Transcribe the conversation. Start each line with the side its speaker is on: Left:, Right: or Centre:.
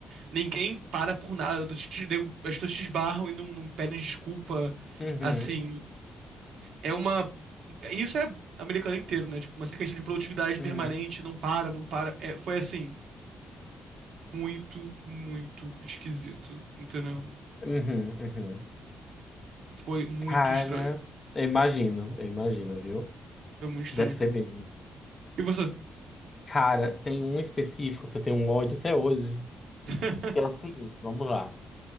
Right: ninguém para por nada. Te- te- nego- As pessoas te esbarram e não, não pedem desculpa.
Left: Uhum,
Right: Assim, É uma. Isso é americano inteiro, né? Tipo, uma questão de produtividade permanente,
Left: uhum,
Right: não para, não para. É, foi assim, muito, muito esquisito, entendeu?
Left: uhum, uhum.
Right: Foi muito
Left: Cara,
Right: estranho.
Left: eu imagino, eu imagino, viu?
Right: Foi muito estranho.
Left: Deve ser mesmo.
Right: E você?
Left: Cara, tem um específico que eu tenho um ódio até hoje,
Right: <laughs>
Left: que é o seguinte, vamos lá.